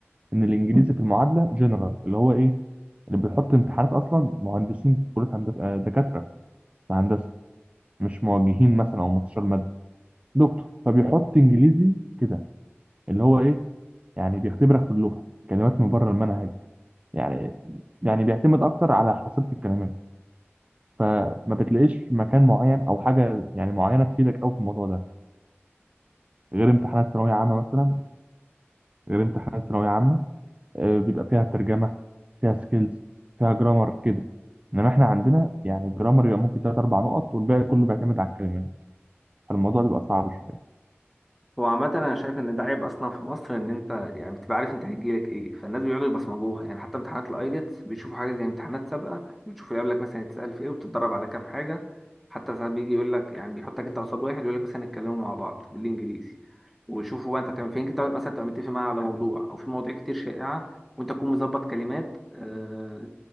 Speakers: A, on the right; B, in the centre.
A: ان الانجليزي في المعادله جنرال اللي هو ايه اللي بيحط امتحانات اصلا مهندسين في كليه هندسه آه، دكاتره في هندسه مش موجهين مثلا او مستشار ماده دكتور فبيحط انجليزي كده اللي هو ايه يعني بيختبرك في اللغه كلمات من بره المنهج يعني يعني بيعتمد اكتر على حصيله الكلمات فما بتلاقيش مكان معين او حاجه يعني معينه تفيدك قوي في الموضوع ده غير امتحانات ثانويه عامه مثلا غير امتحانات ثانويه عامه آه، بيبقى فيها ترجمة فيها سكيلز فيها جرامر كده انما احنا عندنا يعني جرامر يبقى ممكن تلات اربع نقط والباقي كله بيعتمد على الكلمات فالموضوع بيبقى صعب شوية
B: هو عامة أنا شايف إن ده عيب أصلا في مصر إن أنت يعني بتبقى عارف أنت هيجيلك إيه فالناس بيقعدوا يبصمجوها يعني حتى امتحانات الأيلتس بيشوفوا حاجة زي امتحانات سابقة بتشوفوا يقابلك مثلا يتسأل في إيه وبتتدرب على كام حاجة حتى ساعات بيجي يقول لك يعني بيحطك أنت قصاد واحد يقول لك مثلا اتكلموا مع بعض بالإنجليزي ويشوفوا بقى أنت هتعمل فين أنت مثلا تبقى متفق معاه على موضوع أو في مواضيع كتير شائعة وأنت تكون مظبط كلمات آه،